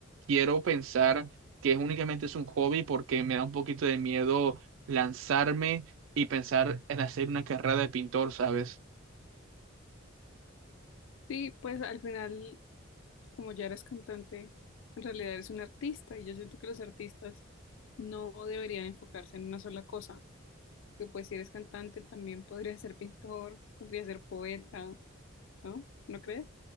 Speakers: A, on the right; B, on the left.
A: quiero pensar que es únicamente es un hobby porque me da un poquito de miedo lanzarme y pensar en hacer una carrera de pintor, ¿sabes?
B: Sí, pues al final, como ya eres cantante, en realidad eres un artista y yo siento que los artistas no deberían enfocarse en una sola cosa, que pues si eres cantante también podría ser pintor, podría ser poeta, ¿no? ¿No crees?